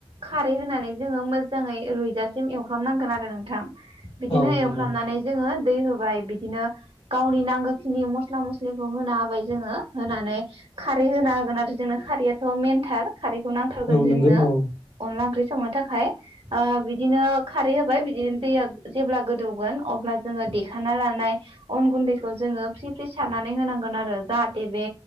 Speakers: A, on the right; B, on the left.
A: खारै होनानै जोङो मोजाङै रुइजासिम एवफ्रामनांगोन आरो नोंथां । बिदिनो
B: औ नंगौ
A: एवफ्रामनानै जोङो । दै होबाय । बिदिनो गावनि नांगौखिनि मस्ला मस्लिखौ होना होबाय जोङो होनानै खारै होना होगोन आरो जोंनो खारैयाथ' मेनथार । खारैखौ नांथारगोन
B: औ
A: जोंनो
B: नंगौ औ
A: अनला ओंख्रि । संनो थाखाय ओ बिदिनो खारै होबाय बिदिनो दैया जेब्ला गोदौगोन अब्ला जोङो देखाना लान नाय अन गुन्दैखौ जोङो फ्रि फ्रि सारनानै होनांगोन आरो जाहाथे बे